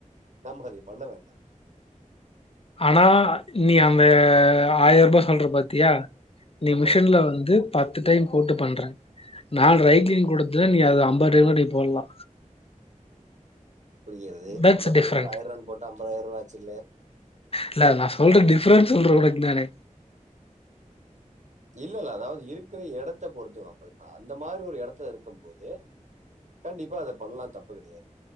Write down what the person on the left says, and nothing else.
ஆனா நீ அந்த ஆயர் ருபா சொல்ற பாத்தியா நீ
மிஷன்ல வந்து பத்து டைம் போட்டு பண்ற நா
ட்ரைக்ளீனிங் குடு இல்ல நீ அது ஐம்ப டைம் கிட் நீ போட்லா
தட்ஸ்
டிஃப்ரெண்ட்
இல்ல நா சொல்ற டிஃப்ரென்ஸ் சொல்றே உனக் நானு